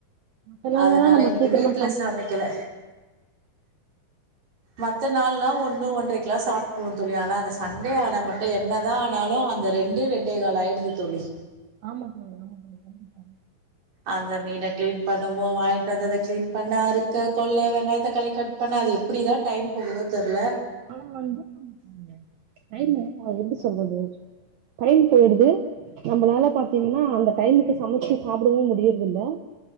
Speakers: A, on the right; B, on the right.
A: மத்த நாளெல்லா
B: அதனால
A: நம்ம
B: இன்னைக்கு
A: சீக்கிரமா
B: வீட்டில
A: சம
B: சமைக்கல மத்த நாள்லா ஒன்று ஒன்றரைக்கலா சாப்ட்ருவோ தோழி ஆனா அந்த சண்டே ஆனா மட்டு என்னதா ஆனாலு அந்த ரெண்டு ரெண்டு ரெண்டே கால் ஆயிடுது தோழி
A: ஆமா தோழி ஆமா தோழி கண்டிப்பா
B: அந்த மீன கிளீன் பண்ணுவோ வாங்கிட்டு வந்தத கிளீன் பண்ண அருக்க கொல்ல வெங்காயத்த தக்காளி கட் பண்ண அது எப்டி தா டைம் போகுதோ தெரில
A: ஆனா <unintelligible> எப்டி சொல்றது டயம் போயிடுது நம்மளால பாத்தீங்கன்னா அந்த டைமுக்கு சமைச்சு சாப்டவு முடியறது இல்ல